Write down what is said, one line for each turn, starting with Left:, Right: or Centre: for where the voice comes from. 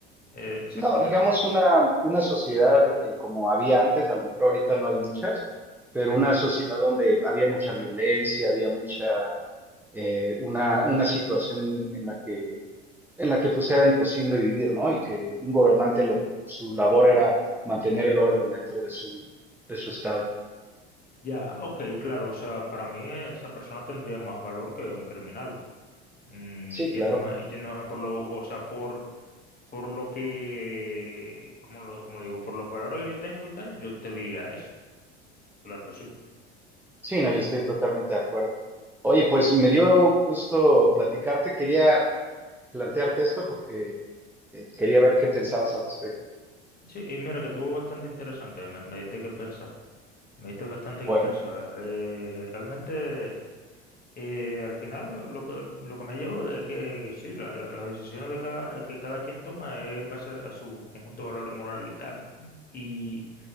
Left: Eh, exactamente.
Centre: No, digamos una, una sociedad eh, como había antes, a lo mejor ahorita no hay muchas, pero
Left: Ujú.
Centre: una sociedad donde había mucha violencia, había mucha eh, una, una situación en la que, en la que pues era imposible vivir, ¿no? Y que un gobernante, lo, su labor era mantener el orden dentro de su, de su estado.
Left: Ya, ok, claro, o sea, para mí esa persona tendría más valor que un criminal, Mm,
Centre: Sí,
Left: yéndome,
Centre: claro.
Left: yéndome por lo, o sea, por, por lo que, ¿cómo lo, cómo lo digo? Por los valores que yo tengo y tal, yo te diría eso, claro que sí.
Centre: Sí, no, yo estoy totalmente de acuerdo. Oye, pues me dio gusto platicarte. Quería plantearte esto porque eh, quería ver qué pensabas al respecto.
Left: Sí, y mira que tuvo bastante interesante, me, me diste que pensar, me diste bastante
Centre: Bueno,
Left: que pensar. Eh, realmente... Y al final lo, lo que, lo que me llevo es que, que sí, la- la- las decisiones de cada, que cada quien toma es en base a su conjunto de valores moral y tal. Y